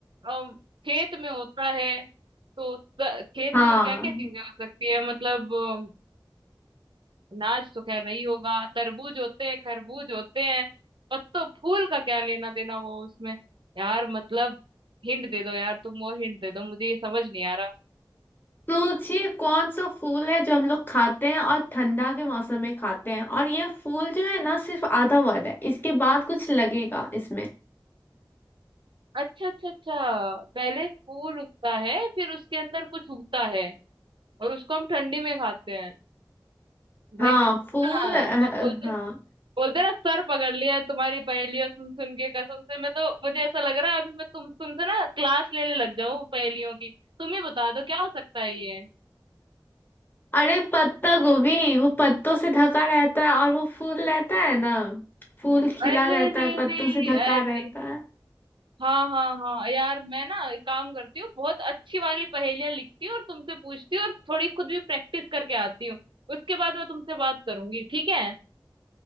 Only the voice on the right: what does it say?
और खेत में होता है तो त- खेत
में तो क्या क्या चीजें हो सकती है मतलब अनाज तो खैर नहीं होगा तरबूज होते हैं खरबूज होते हैं पत्तों फूल का क्या लेना देना वो उसमें यार मतलब हिंट दे दो यार तुम और हिंट दे दो मुझे ये समझ नहीं आ रहा
अच्छा अच्छा अच्छा पहले फूल उगता है फिर उसके अंदर कुछ उगता है और उसको हम ठंडी में खाते हैं भाई
मैं
ना
वो बोलते
बोलते ना सर पकड़ लिया है तुम्हारी पहेलियां सुन सुन के कसम से मैं तो मुझे ऐसा लग रहा है अभी मैं तुम तुमसे ना क्लास लेने लग जाऊं पहेलियों की तुम ही बता दो क्या हो सकता है ये
अरे
रे
रे
अरे
हाँ हाँ हाँ यार मैं ना एक काम करती हूँ बहुत अच्छी वाली पहेलियां लिखती हूँ और तुमसे पूछती हूँ और थोड़ी खुद भी प्रैक्टिस करके आती हूँ उसके बाद मैं तुमसे बात करूंगी ठीक है